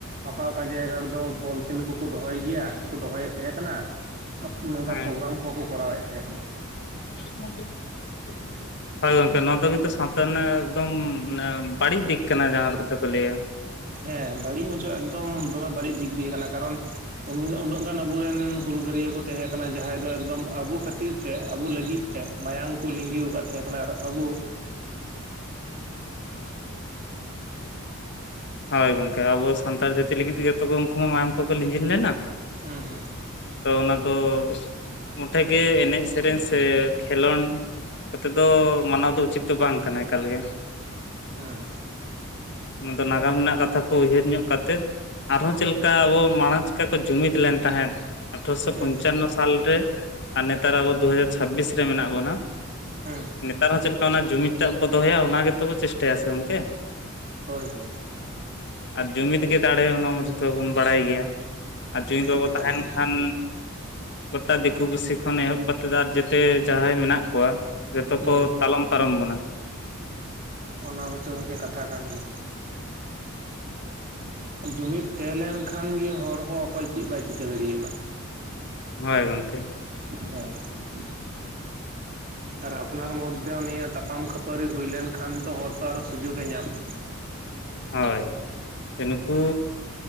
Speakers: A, on the right; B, on the left.
A: ᱚᱠᱟ ᱚᱠᱟ ᱡᱟᱭᱜᱟ ᱨᱮᱫᱚ ᱵᱚᱞ ᱠᱷᱮᱞ ᱠᱚᱠᱚ ᱫᱚᱦᱚᱭ ᱜᱮᱭᱟ ᱥᱮ ᱠᱚ ᱫᱚᱦᱚᱭᱮᱫ ᱛᱟᱦᱮᱸ ᱠᱟᱱᱟ ᱾ ᱟᱯ ᱱᱚᱝᱠᱟ
B: ᱦᱮᱸ
A: ᱯᱨᱳᱜᱨᱟᱢ ᱠᱚᱦᱚᱸ ᱠᱚ ᱠᱚᱨᱟᱣ ᱮᱫ ᱛᱟᱦᱮᱸ ᱠᱟᱱᱟ ᱾
B: <unintelligible> ᱦᱳᱭ ᱜᱚᱝᱠᱮ ᱱᱚᱣᱟ ᱫᱚ ᱠᱤᱱᱛᱩ ᱥᱟᱶᱛᱟ ᱨᱮᱱᱟᱜ ᱮᱠᱫᱚᱢ ᱢᱟᱱᱮ ᱵᱟᱹᱲᱤᱡ ᱫᱤᱠ ᱠᱟᱱᱟ ᱡᱟᱦᱟᱸ ᱫᱚ ᱠᱚᱛᱮ ᱠᱚ ᱞᱟᱹᱭᱟ ᱾
A: ᱦᱮᱸ ᱵᱟᱹᱲᱤᱡ ᱢᱟᱪᱚ ᱮᱠᱫᱚᱢ ᱫᱚᱢᱮ ᱵᱟᱹᱲᱤᱡ ᱫᱤᱠ ᱫᱤᱭᱟᱹ ᱠᱟᱱᱟ, ᱠᱟᱨᱚᱱ ᱩᱱ ᱜᱮ ᱩᱱᱟᱹᱜ ᱜᱟᱱ ᱟᱵᱚᱨᱮᱱ ᱦᱩᱞ ᱜᱟᱹᱨᱭᱟᱹ ᱠᱚ ᱛᱟᱦᱮᱸ ᱠᱟᱱᱟ ᱡᱟᱦᱟᱸᱭ ᱫᱚ ᱮᱠᱫᱚᱢ ᱟᱵᱩ ᱠᱷᱟᱹᱛᱤᱨ ᱛᱮ ᱟᱵᱩ ᱞᱟᱹᱜᱤᱫ ᱛᱮ ᱢᱟᱭᱟᱝ ᱠᱚ ᱞᱤᱸᱜᱤ ᱟᱠᱟᱫ ᱛᱟᱦᱮᱸ ᱟᱨ ᱟᱵᱩ
B: ᱦᱳᱭ ᱜᱚᱝᱠᱮ ᱟᱵᱚ ᱥᱟᱱᱛᱟᱲ ᱡᱟᱹᱛᱤ ᱞᱟᱹᱜᱤᱫ ᱛᱮ ᱠᱚ ᱩᱱᱠᱩ ᱢᱟ ᱢᱟᱭᱟᱢ ᱠᱚᱠᱚ ᱞᱤᱸᱡᱤᱱ ᱞᱮᱱᱟ᱾
A: ᱦᱩᱸ ᱦᱩᱸ ᱦᱩᱸ᱾
B: ᱛᱚ ᱚᱱᱟ ᱫᱚ ᱢᱚᱴᱷᱮ ᱜᱮ ᱮᱱᱮᱡ ᱥᱮᱨᱮᱧ ᱥᱮ ᱠᱷᱮᱞᱳᱱᱰ ᱠᱚᱛᱮ ᱫᱚ ᱢᱟᱱᱟᱣ ᱫᱚ ᱩᱪᱤᱛ ᱫᱚ ᱵᱟᱝ ᱠᱟᱱᱟ ᱮᱠᱟᱞ ᱜᱮ ᱾
A: ᱦᱩᱸ ᱾
B: ᱚᱱᱟ ᱱᱟᱜᱟᱢ ᱨᱮᱱᱟᱜ ᱠᱟᱛᱷᱟ ᱠᱚ ᱩᱭᱦᱟᱹᱨ ᱧᱚᱜ ᱠᱟᱛᱮᱫ ᱟᱨᱦᱚᱸ ᱪᱮᱫ ᱞᱮᱠᱟ ᱟᱵᱚ ᱢᱟᱲᱟᱝ ᱪᱤᱠᱟ ᱠᱚ ᱡᱩᱢᱤᱫ ᱞᱮᱱ ᱛᱟᱦᱮᱸᱫ ᱟᱴᱷᱨᱚᱥᱚ
A: ᱦᱩᱸ
B: ᱯᱚᱧᱪᱟᱱᱱᱚ
A: ᱦᱩᱸ
B: ᱥᱟᱞᱨᱮ ᱟᱨ ᱱᱮᱛᱟᱨ ᱟᱵᱚ ᱫᱩ ᱦᱟᱡᱟᱨ ᱪᱷᱟᱵᱵᱤᱥ ᱨᱮ ᱢᱮᱱᱟᱜ ᱵᱚᱱᱟ ᱾
A: ᱦᱩᱸ
B: ᱱᱮᱛᱟᱨ ᱦᱚᱸ ᱪᱮᱫ ᱞᱮᱠᱟ ᱚᱱᱟ ᱡᱩᱢᱤᱫ ᱴᱟᱜ ᱵᱚ ᱫᱚᱦᱚᱭᱟ ᱚᱱᱟ ᱜᱮᱛᱚ ᱵᱚ ᱪᱮᱥᱴᱟᱭᱟ ᱥᱮ ᱜᱚᱝᱠᱮ?
A: ᱦᱳᱭ ᱦᱳᱭ ᱾
B: ᱟᱨ ᱡᱩᱢᱤᱫ ᱜᱮ ᱫᱟᱲᱮ ᱚᱱᱟ ᱢᱟ ᱡᱷᱚᱛᱚ ᱜᱮ ᱵᱚᱱ ᱵᱟᱲᱟᱭ ᱜᱮᱭᱟ ᱟᱨ ᱡᱩᱢᱤᱫ ᱵᱟᱵᱚᱱ
A: ᱜᱮ
B: ᱛᱟᱦᱮᱱ
A: ᱫᱟᱲᱮ
B: ᱠᱷᱟᱱ ᱜᱚᱴᱟ ᱫᱤᱠᱩ ᱯᱩᱥᱤ ᱠᱷᱚᱱ ᱮᱦᱚᱵ ᱠᱟᱛᱮᱫ ᱟᱨ ᱡᱮᱛᱮ ᱡᱟᱦᱟᱸᱭ ᱢᱮᱱᱟᱜ ᱠᱚᱣᱟ ᱡᱚᱛᱚ
A: ᱦᱩᱸ
B: ᱠᱚ ᱛᱟᱞᱚᱢ ᱯᱟᱨᱚᱢ ᱵᱚᱱᱟ ᱾
A: ᱚᱱᱟ ᱢᱟᱪᱚ ᱜᱚᱝᱠᱮ ᱠᱟᱛᱷᱟ ᱠᱟᱱ ᱜᱮᱭᱟ ᱾ ᱡᱩᱢᱤᱫ ᱛᱟᱦᱮᱸ ᱞᱮᱱᱠᱷᱟᱱ ᱜᱮ ᱦᱚᱲ ᱦᱚᱸ ᱚᱠᱚᱭ ᱪᱮᱫ ᱵᱟᱭ ᱪᱤᱠᱟᱹ ᱫᱟᱲᱮᱭ ᱟᱢᱟ᱾
B: ᱦᱳᱭ ᱜᱚᱝᱠᱮ ᱾
A: ᱦᱮᱸ ᱾ ᱟᱨ ᱟᱯᱱᱟᱨ ᱢᱚᱫᱽᱫᱷᱮ ᱱᱤᱭᱟᱹ ᱛᱟᱯᱟᱢ ᱠᱷᱟᱹᱯᱟᱹᱨᱤ ᱦᱩᱭ ᱞᱮᱱᱠᱷᱟᱱ ᱛᱚ ᱦᱚᱲ ᱛᱚ ᱟᱨᱚ ᱥᱩᱡᱳᱜ ᱮ ᱧᱟᱢᱟ ᱾
B: ᱦᱳᱭ ᱡᱮ ᱱᱩᱠᱩ